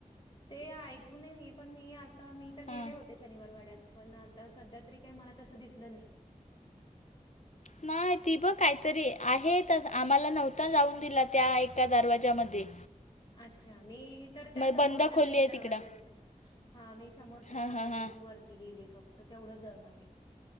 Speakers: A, on the left; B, on the left.
A: ते ऐकू नये मी पणं मी आंता मी तरं
B: हां.
A: गेले होते शनिवार वाड्यांत पणं आंता संध्या तरी कांहीं मलां तसं दिसलं नाहीं
B: नाहीं ती बघं कांहीतरी आहेतं आम्हांला नव्हतां जाऊंन दिला त्यां एकां दरवाजांमध्यें
A: अच्छा मी तरं त्यां समोरच्यां
B: बंद खोली
A: मेन
B: आहे
A: दरवाजेत
B: तिकडं.
A: हां मी समोरच्यांच
B: हां, हां,
A: दरवाज्यांतून
B: हां.
A: वरती गेले फक्तं तेवढंच जाऊंन आले